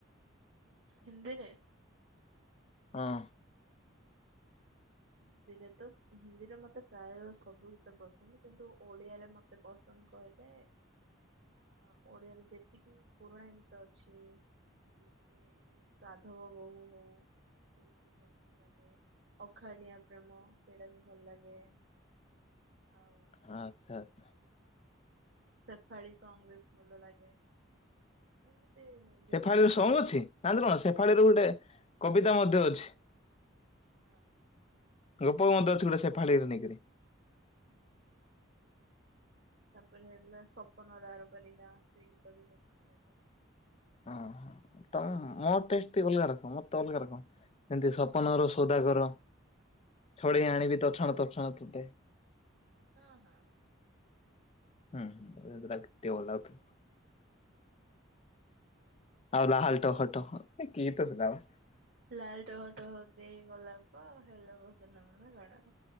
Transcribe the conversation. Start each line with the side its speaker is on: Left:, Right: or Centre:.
Right: ହିନ୍ଦିରେ?
Left: ହଁ।
Right: ହିନ୍ଦୀରେ ତ ସ ହିନ୍ଦୀରେ ମତେ ପ୍ରାୟ ସବୁ ଗୀତ ପସନ୍ଦ କିନ୍ତୁ ଓଡ଼ିଆରେ ମ ତେ ପସନ୍ଦ କହିଲେ
Left: <inaudible>
Right: ଆ ଓଡିଆରେ ଯେତିକି ପୁରୁଣା ଗୀତ ଅଛି ଏମତିକି ଇଏ ସାଧବ ବୋହୁୂ ହୋଉ ସେଇ ଗୀତ ପସନ୍ଦ ଲାଗେ। ଅଖାଡିଆ ପ୍ରେମ ସେଇଟା ବି ଭଲ ଲାଗେ। ଆଉ
Left: ଆଚ୍ଛା ଆଚ୍ଛା
Right: ହେଲା ସେଫାଳି ସଙ୍ଗ୍ ବି ଭଲ ଲାଗେ ଆଉ ଏମିତି ଯେତିକି
Left: ସେଫାଳିର
Right: ସବୁ
Left: ସଙ୍ଗ ଅଛି ନାହାନେ କଣ ସେଫାଳିର ଗୋଟେ କବିତା ମଧ୍ୟ ଅଛି।
Right: ହଁ।
Left: ଲୋପାମୁଦ୍ରା ଅଛି ଗୋଟେ ସେଫାଳି ଗୀତ ନେଇକରି।
Right: ହୁଁଉଁ। ତାପରେ ହେଲା ସପନର ଆରପାରି ଗାଁ ସେଇ ଗୀତ ବି ପସନ୍ଦ ଲାଗେ।
Left: ଅଁହଁ ତମେ ମୋ ଟେଷ୍ଟି ଟିକେ ଅଲଗା ରଖ ମତେ ଅଲଗା ରଖ। ସେମତି ସପନର ସୌଦାଗର, ଛଡେଇ ଆଣିବି ତୋଛଣା ତୋଛଣା ତତେ।
Right: ଅଁ ହଁ ହଁ।
Left: ହୁଁ ହୁଁ
Right: ସେ ଜିନିଷଟା
Left: ଏ ଗୀତଟା ଆକୁ
Right: ତ
Left: କେତେ
Right: ମତେ
Left: ଭଲ ଲାଗୁଥିଲି।
Right: ଲାଗେ।
Left: ଆଉ ଲାଲ ଟହ ଟହ ଏ କି ଗୀତ ଥିଲାମ?
Right: ଲାଲ ଟହ ଟହ ଦେଇ ଗୋଲାପ ହାଲୋ ଭଦନାମ ନା କଣ